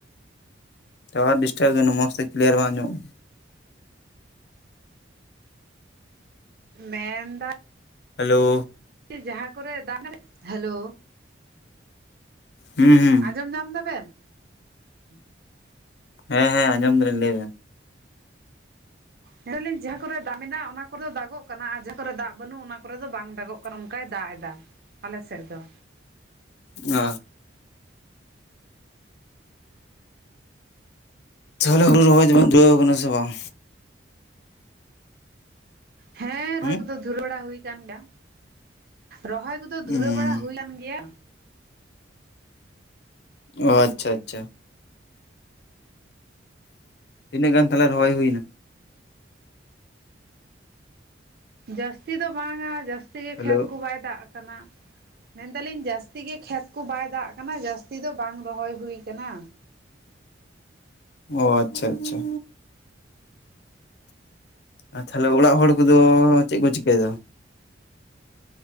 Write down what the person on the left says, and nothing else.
ᱴᱟᱣᱟᱨ ᱰᱤᱥᱴᱟᱯᱫ ᱮᱫᱟ ᱢᱚᱡᱽ ᱛᱮ ᱠᱞᱤᱭᱟᱨ ᱵᱟᱝ ᱟᱡᱚᱢᱚᱜ
ᱦᱮᱞᱳ
ᱦᱩᱸ ᱦᱩᱸ᱾
ᱦᱮᱸ ᱦᱮᱸ ᱟᱸᱡᱚᱢ ᱫᱟᱞᱤᱧ ᱞᱟᱹᱭ ᱵᱮᱱ᱾
ᱚ᱾ ᱛᱟᱦᱞᱮ ᱦᱩᱲᱩ ᱨᱚᱦᱚᱭ ᱫᱚᱵᱮᱱ ᱫᱷᱩᱨᱟᱹᱣ ᱠᱟᱱᱟ ᱥᱮ ᱵᱟᱝ?
ᱦᱩᱸ
ᱦᱩᱸ
ᱚ ᱟᱪᱪᱷᱟ ᱟᱪᱪᱷᱟ᱾ ᱛᱤᱱᱟᱹᱜ ᱜᱟᱱ ᱛᱟᱦᱞᱮᱮ ᱨᱚᱦᱚᱭ ᱦᱩᱭᱱᱟ?
ᱦᱮᱞᱳ
ᱚ ᱟᱪᱪᱷᱟ ᱟᱪᱪᱷᱟ᱾ ᱟᱨ ᱛᱟᱦᱚᱞᱮ ᱚᱲᱟᱜ ᱦᱚᱲ ᱠᱚᱫᱚ ᱪᱮᱜ ᱠᱚ ᱪᱤᱠᱟᱹᱭ ᱫᱟ?